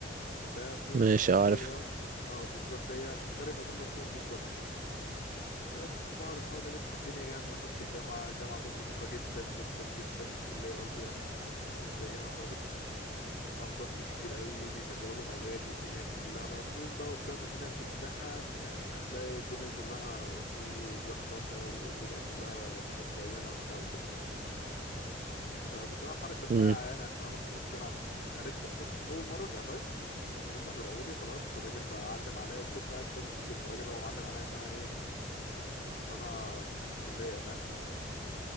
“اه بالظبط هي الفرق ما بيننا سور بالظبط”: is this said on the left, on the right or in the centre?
Left